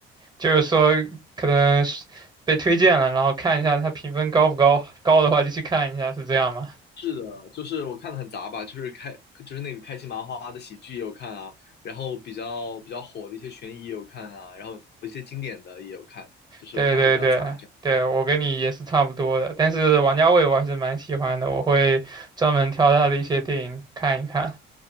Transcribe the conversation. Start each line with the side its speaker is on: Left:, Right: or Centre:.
Right: 就是说可能是被推荐了，然后看一下他评分高不高，高的话就去看一下，是这样吗？
Left: 是的，就是我看的很杂吧，就是开就是那个开心麻花的喜剧也有看啊，然后比较比较火的一些悬疑也有看啊，然后一些经典的也有看，就是我看的会比较杂。
Right: 对对对对，
Left: 这样。
Right: 我跟你也是差不多的，但是王家卫我还是蛮喜欢的，我会专门挑他的一些电影看一看。